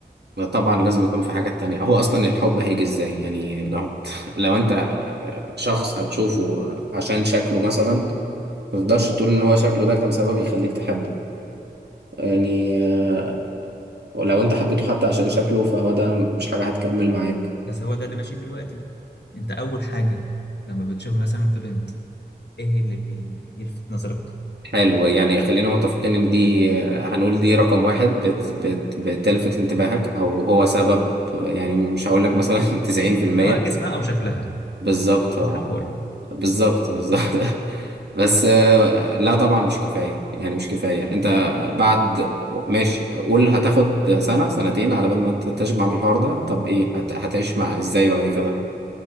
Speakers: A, on the right; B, on the left.
A: طبعا لازم يكون في حاجات تانية هو أصلا الحب هيجي إزاي يعني لو <laughs> لو أنت شخص هتشوفه عشان شكله مثلا ما تقدرش تقول ان هو شكله ده كان سبب يخليك تحبه يعني آه، ولو انت حبيته حتى عشان شكله فهو ده مش حاجة هتكمل معاك
B: بس هو ده اللي ماشي دلوقتي انت اول حاجة لما بتشوف مثلا في بنت ايه اللي بيلفت نظرك
A: حلو يعني خلينا متفقين ان دي آه، هنقول دي رقم واحد بت بت بتلفت انتباهك او هو سبب يعني مش هقول لك مثلا <laughs> 90%
B: سواء جسمها او شكلها
A: بالظبط
B: مش
A: اه
B: هنحور
A: بالظبط بالظبط <laughs> بس آه، لا طبعا مش كفاية يعني مش كفاية انت بعد ماشي قول هتاخد سنة سنتين على بال ما تشبع من الحوار ده طب ايه هت- هتعيش مع ازاي بعد كده